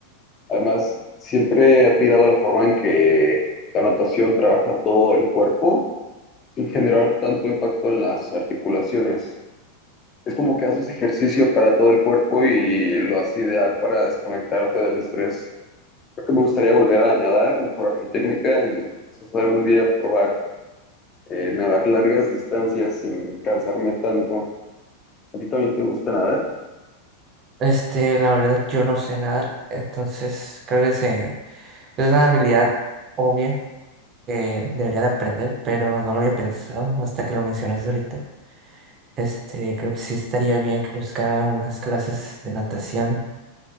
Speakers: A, on the left (about 25°); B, on the right (about 30°).
A: Además, siempre he admirado la forma en que la natación trabaja todo el cuerpo sin generar tanto impacto en las articulaciones. Es como que haces ejercicio para todo el cuerpo y lo haces ideal para desconectarte del estrés. Creo que me gustaría volver a nadar, mejorar mi técnica y quizás algún día probar. eh, nadar largas distancias sin cansarme tanto. ¿A ti también te gusta nadar?
B: Este, la verdad, yo no sé nadar, entonces creo que se, es una habilidad obvia que debería de aprender, pero no lo había pensado hasta que lo mencionaste ahorita. Este, creo que sí estaría bien que buscara unas clases de natación